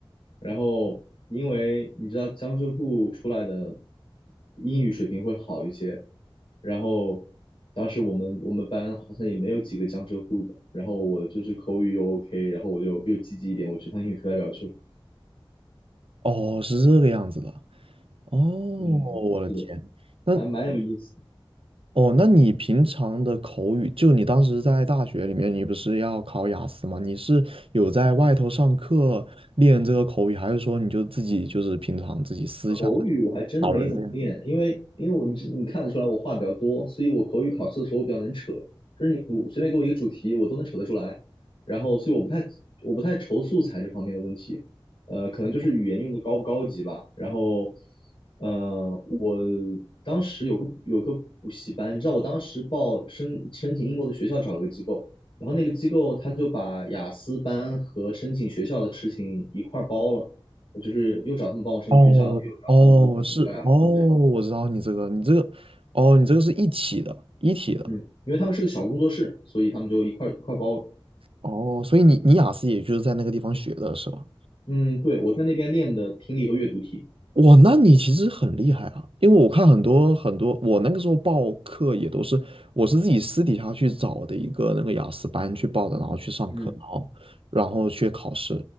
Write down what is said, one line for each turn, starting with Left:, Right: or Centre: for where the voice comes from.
Left: 然后因为你知道江浙沪出来的英语水平会好一些，然后当时我们我们班好像也没有几个江浙沪的，然后我就是口语又 OK，然后我就又积极一点，我去当英语课代表去了。
Right: 哦，是这个样子的，哦，我的天，
Left: 嗯，是的，
Right: 那
Left: 还蛮有意思的。
Right: 哦，那你平常的口语，就你当时在大学里面，你不是要考雅思吗？你是有在外头上课练这个口语，还是说你就自己就是平常自己私下
Left: 口语我还真没怎么练，
Right: 找人练？
Left: 因为因为我你知你看得出来我话比较多，所以我口语考试的时候我比较能扯，就是你我随便给我一个主题，我都能扯得出来。然后，所以我不太我不太愁素材这方面的问题，呃，可能就是语言用的高不高级吧。
Right: <laughs>
Left: 然后，呃，我当时有个有个补习班，你知道我当时报申申请英国的学校找了个机构，然后那个机构他就把雅思班和申请学校的事情一块儿包了。我就是又找他们帮我申请学校，
Right: 哦哦，
Left: 又找他们帮我调雅思这样。
Right: 是哦，我知道你这个，你这个，哦，你这个是一体的，一体的，
Left: 嗯，因为他们是个小工作室，所以他们就一块一块包了。
Right: 哦，所以你你雅思也就是在那个地方学的是吧？
Left: 嗯，对，我在那边练的听力和阅读题，
Right: 哇，那你其实很厉害啊，因为我看很多很多，我那个时候报课也都是，我是自己私底下去找的一个那个雅思班去报的，然后去上课，
Left: 嗯，
Right: 然后然后去考试，